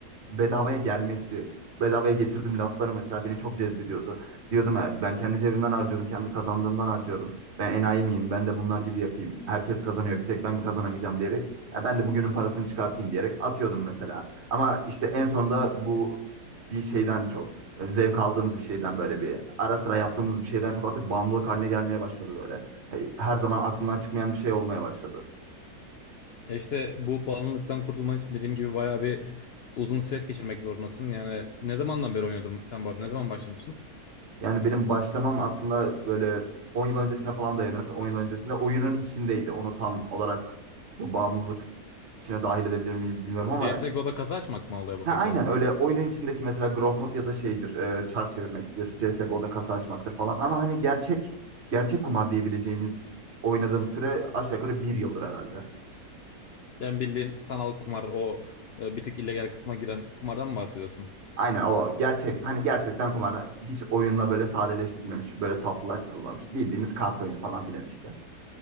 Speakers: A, on the right; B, on the left.
A: bedavaya gelmesi, bedavaya getirdim lafları mesela beni çok cezbediyordu. Diyordum "Ha, ben kendi cebimden harcıyorum, kendi kazandığımdan harcıyorum. Ben enayi miyim? Ben de bunlar gibi yapayım. Herkes kazanıyor, bir tek ben mi kazanamayacağım diyerek. "Ya ben de bugünün parasını çıkartayım diyerek atıyordum mesela. Ama işte en sonunda bu bir şeyden çok zevk aldığımız bir şeyden böyle bir ara sıra yaptığımız bir şeyden çok artık bağımlılık haline gelmeye başladı böyle. Hey, Her zaman aklımdan çıkmayan bir şey olmaya başladı.
B: Ya işte bu bağımlılıktan kurtulman için dediğim gibi bayağı bir uzun süreç geçirmek zorundasın. Yani ne zamandan beri oynuyordun sen bu arada? Ne zaman başlamıştın?
A: Yani benim başlamam aslında böyle 10 yıl öncesine falan dayanır. 10 yıl öncesinde oyunun içindeydi. Onu tam olarak bu bağımlılık içine dahil edebilir miyiz bilmiyorum ama
B: CSGO'da kasa açmak mı oluyor bu
A: ha,
B: peki?
A: aynen öyle oyunun içindeki mesela Growtopia'da şeydir, e, çark çevirmektir, CSGO'da kasa açmaktır falan ama hani gerçek gerçek kumar diyebileceğimiz oynadığım süre aşağı yukarı bir yıldır herhalde.
B: Yani bildiğin sanal kumar o e, bir tık illegal kısma giren kumardan mı bahsediyorsun?
A: Aynen o gerçek hani gerçekten kumar hiç oyunla böyle sadeleştirilmemiş, böyle tatlılaştırılmamış. Bildiğimiz kart oyunu falan filan işte.